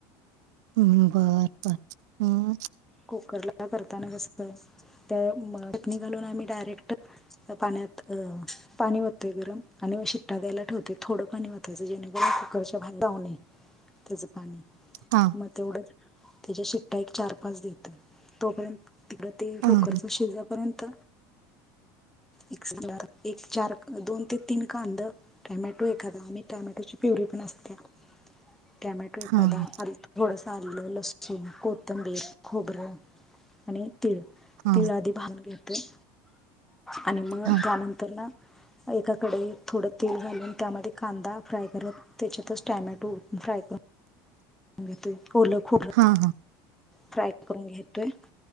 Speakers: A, on the right; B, in the centre.
A: हम्म बर बर हम्म.
B: कुकरला करताना कसं तर, त्यात चटणी घालून आम्ही डायरेक्ट त्या पाण्यात अ पाणी होतय गरम आणि व शिट्टा द्यायला ठेवतोय थोडं पाणी ओ त्याचा जेणेकर कुकरच्या भात दावणे, त्याचं पाणी.
A: हा.
B: म तेवढं, त्याच्या शिट्टा एक चार पाच दे तोपर्यंत, तिकडं ते
A: हां,
B: कुकरचं शिजेपर्यंत एक <unintelligible> एक चार, दोन ते तीन कांदं टॅमॅटो एखादा आम्ही टॅमॅटोची प्युरी पण असत्या टॅमॅटो एखादा
A: हां,
B: आलतं थोडंस आलं, लसूण, कोथंबीर, खोबरं आणि तीळ,
A: हां,
B: तीळ आधी भाजून घेतोय. आणि मग
A: हां,
B: त्यानंतरनं एका कडईत थोडं तेल घालून, त्यामध्ये कांदा फ्राय करत त्याच्यातच टॅमॅटो फ्राय करून आम्ही ते ओलं खोबरं
A: हा हा.
B: फ्राय करून घेतोय,